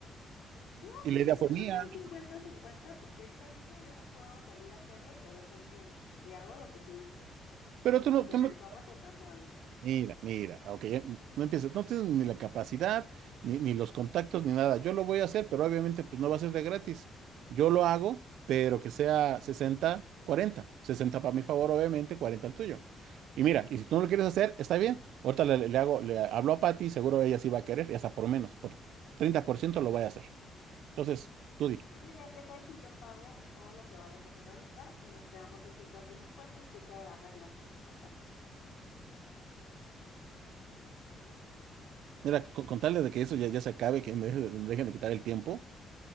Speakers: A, on the left; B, on the right.
A: No,
B: y la
A: yo,
B: idea
A: yo
B: fue
A: creo
B: mía.
A: que un cincuenta-cincuenta porque ahorita mismo yo me puedo salir a hacerlo y lo dejo en 100 y hago lo que tú dices.
B: Pero
A: Y
B: tú
A: si
B: no,
A: se
B: tú
A: me
B: no-
A: antoja, te paso algo.
B: Mira, mira, aunque no empieces, no tienes ni la capacidad, ni, ni los contactos, ni nada. Yo lo voy a hacer, pero obviamente pues no va a ser de gratis. Yo lo hago, pero que sea 60, 40, 60 para mi favor, obviamente, 40 al tuyo. Y mira, y si tú no lo quieres hacer, está bien. Ahorita le, le hago, le hablo a Patty, seguro ella sí va a querer, y hasta por menos, por 30% lo voy a hacer. Entonces, tú di.
A: Pues mira, ¿qué tal si yo pago todo lo que vayas a hacer ahorita y nos quedamos en 50 y 50 y tú te arreglas con tus contactos?
B: Mira, con, con tal de que eso ya, ya se acabe, que me deje- me dejen de quitar el tiempo,